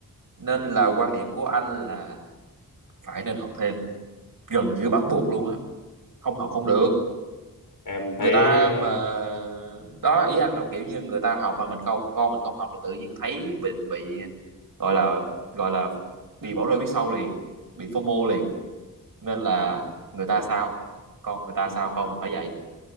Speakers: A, on the right (about 75°); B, on the left (about 70°).
A: nên là quan điểm của anh là phải nên học thêm gần như bắt buộc luôn á không học không được
B: em
A: người
B: thấy
A: ta
B: ờ,
A: mà đó ý anh là kiểu như người ta học mà mình không con mình không học là tự nhiên thấy mình bị gọi là gọi là bị bỏ rơi phía sau liền bị FOMO liền nên là người ta sao con người ta sao con mình phải dạy